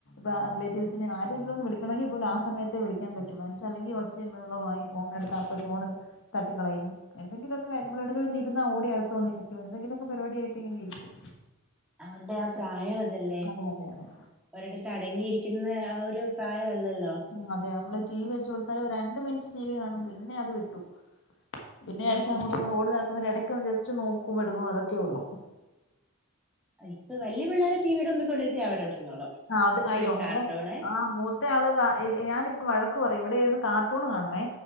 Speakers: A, on the left; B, in the centre.
A: ബാ ആ റിലേറ്റീവ്സിന് ആര് ആർക്കെങ്കിലും വിളിക്കണെങ്കിൽ പോലും ആ സമയത്തെ വിളിക്കാൻ പറ്റുള്ളൂ അല്ലെങ്കലൊച്ചേം ബഹളോം ആയി പോകും എടുത്ത അപ്പ ഫോണ് തട്ടികളയും എന്തെങ്കിലൊക്കെര് നമ്മള് എവിടെലു വന്ന് ഇരുന്ന ഓടി അടുത്ത് വന്നിരിക്കും എന്തെങ്കിലൊക്കെ പരിപാടിയയിട്ട് ഇങ്ങനെ ഇരിക്കും
B: അവരുടെ ആ പ്രായം അതല്ലേ
A: അതെ അതെ അതെ
B: ഒരിടത്ത് അടങ്ങിയിരിക്കുന്ന ആ ഒരു പ്രായമല്ലല്ലോ
A: ആഹ് അതെ നമ്മള് ടി വി വെച്ച് കൊടുത്താല് അവര് രണ്ട് മിനിറ്റ് ടി വി കാണും പിന്നെ അത് വിട്ടു പിന്നെ
B: ആഹ്
A: എടയ്ക്ക് അങ്ങോട്ടും ഇങ്ങോട്ടും ഓടി നടക്കുന്ന ഇടയ്ക്ക് ജസ്റ്റ് നോക്കും എടുകും അതൊക്കെ ഒള്ളൂ
B: ഇപ്പ വലിയ പിള്ളേരെ ടിവിയുടെ മുമ്പിൽ കൊണ്ടിരുത്തിയാ അവരവിടെ ഇരുന്നോളും.
A: ആ അത്
B: ഫുൾ
A: അയ്യോ
B: കാർട്ടൂണ്
A: ഇവിടെ ആ മൂ മറ്റേ ആള് ക ഈ ഞാനിപ്പ വഴക്ക് പറയും ഇവിടെ ഇരിന്ന് കാർട്ടൂൺ കാണുവെ